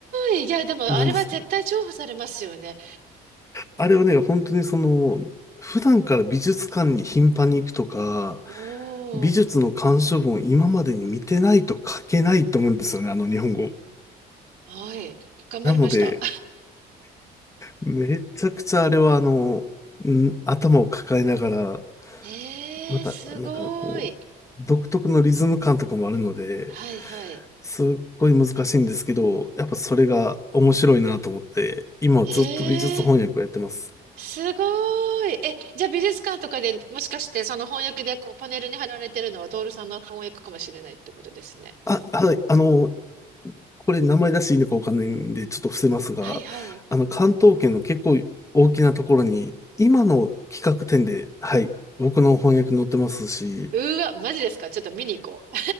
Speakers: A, on the right; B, on the left.
A: い。いや、でも、あれは絶対重宝されますよね。
B: なんですあれはね、本当にその、普段から美術館に頻繁に行くとか、
A: おー、
B: 美術の鑑賞文を今までに見てないと書けないと思うんですよね、あの日本語。
A: はい。頑張りました。
B: なので、めちゃくちゃあれはあの、ん頭を抱えながら、
A: えー、
B: また、
A: すごい。
B: なんかこう、独特のリズム感とかもあるので、
A: はいはい。
B: すっごい難しいんですけど、やっぱそれが面白いなと思って、今はずっと美術翻訳をやってます。
A: へえ、すごい。え、じゃあ美術館とかでもしかしてその翻訳でこうパネルに貼られてるのはトールさんの翻訳かもしれないってことですね。
B: あ、はい、あの、これ名前出していいのかわかんないんで、ちょっと伏せますが、
A: はいはい。
B: あの、関東圏の結構大きなところに、今の企画展で、はい、僕の翻訳載ってますし、
A: うわ、マジですかちょっと見に行こう。